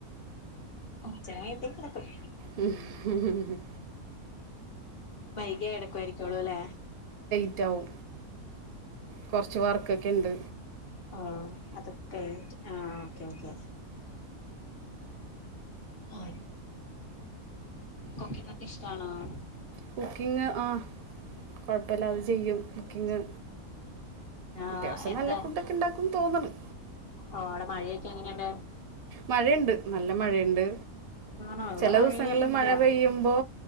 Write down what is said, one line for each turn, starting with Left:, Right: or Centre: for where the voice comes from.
Left: കൊറച്ചേരഴിയമ്പത്തേക്കെടക്കു
Right: മ്മ ഹ്
Left: വൈകിയെ കെടക്കുവാരിക്കുളുല്ലെ
Right: റ്റാവും കൊറച്ച് വർക്ക് ക്കെണ്ട്
Left: ആഹ് അതൊക്കെഴിഞ്ഞ്ട്ട് ആഹ് <unintelligible> ആം കുക്കിംങ്ങൊക്കെ ഇഷ്ടാണൊ <unintelligible>
Right: കുക്കിംഗ് ആഹ് കൊഴപ്പില്ലാതെ ചെയ്യും കുക്കിംഗ്
Left: ആഹ്
Right: അത്യാവശ്യം
Left: എന്ത
Right: നല്ല ഫുഡൊക്കെ ഉണ്ടാക്കും തോന്നണം
Left: ആടെമഴേ- ക്കെങ്ങനണ്ട് <unintelligible>
Right: മഴേണ്ട് നല്ല മഴയിണ്ട്
Left: ആണോ ഇവിടെ
Right: ചെലദിസങ്ങളിൽ
Left: മഴയേ ഇല്ല
Right: മഴപെയ്യുമ്പൊ